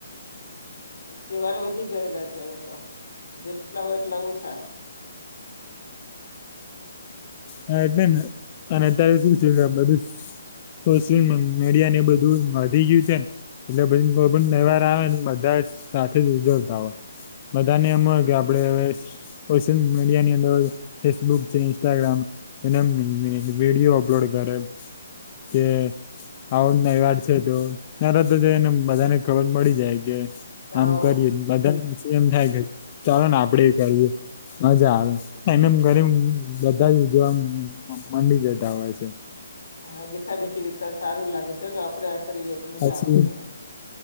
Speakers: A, on the left; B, on the left.
A: તેવારે વધી ગયેલા છે હવે તો જેટલા હોય એટલા ઓછા
B: હા એટલે ને અને અત્યારે શું છે બધું સોશિયલ મીડિયા ને બધું વધી ગયું છે ને એટલે પછી કોઈ પણ
A: હમ
B: તહેવાર આવે ને બધા સાથે જ ઉજવતા હોય બધાને એમ હોય
A: હમ
B: કે આપડે હવે સોશિયલ મીડિયા ની અંદર ફેસબુક છે ઇન્સ્ટાગ્રામ એના વિડીયો અપલોડ કરે <unintelligible> આવો નો તેવાર છે, તો ત્યારે તો એને બધાને ખબર મળી જાય કે
A: હવ
B: આમ કરીએ બધા એમ થાય કે ચાલો ને આપડે કરીએ મજા આવે એમ એમ ઘરે બધા જો આમ મમાંડી જતા હોય છે
A: હા દેખા દેખી તો સારું લાગે ચલો આપડે આ કરીએ તો મજા
B: પછી
A: આવશે